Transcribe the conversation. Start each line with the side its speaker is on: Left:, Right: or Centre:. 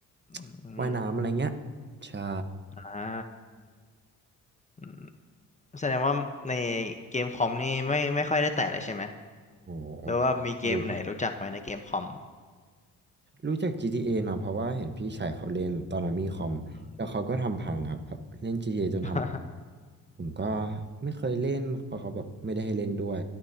Left: อืม
Right: <tsk> ว่ายน้ำอะไรเงี้ย ใช่
Left: อ่าอืมแสดงว่าในเกมคอมนี่ไม่ไม่ค่อยได้แตะเลยใช่ไหม
Right: โหรู้
Left: หรือว่ามีเกมไหนรู้จักไหมในเกมคอม
Right: รู้จัก GTA นะเพราะว่าเห็นพี่ชายเขาเล่นตอนนั้นมีคอมแล้วเขาก็ทำพังครับแบบเล่น
Left: อืม
Right: GTA จนท
Left: <laughs>
Right: ำผมก็ไม่เคยเล่นเพราะเขาแบบไม่ได้ให้เล่นด้วย